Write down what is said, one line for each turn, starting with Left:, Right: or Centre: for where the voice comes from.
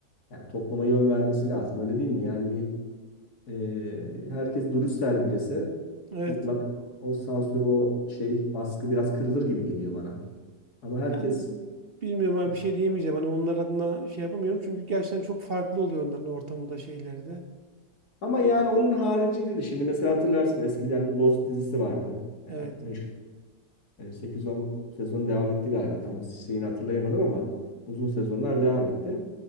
Left: Yani topluma yön vermesi lazım. Öyle değil mi? Yani bir e, herkes duruş sergilese
Right: Evet.
Left: mutlaka o sansür o şey baskı biraz kırılır gibi geliyor bana. Ama herkes
Right: Yani bilmiyorum abi
Left: e,
Right: bir şey diyemeyeceğim. Hani onlar adına şey yapamıyorum. Çünkü gerçekten çok farklı oluyor onların ortamı da şeyleri de.
Left: ama yani onun haricinde de şimdi mesela hatırlarsın eskiden Lost dizisi vardı. E,
Right: Evet
Left: meşhur. E, 8-10 sezon devam etti galiba. Tam şeyini hatırlayamadım ama uzun sezonlar devam etti.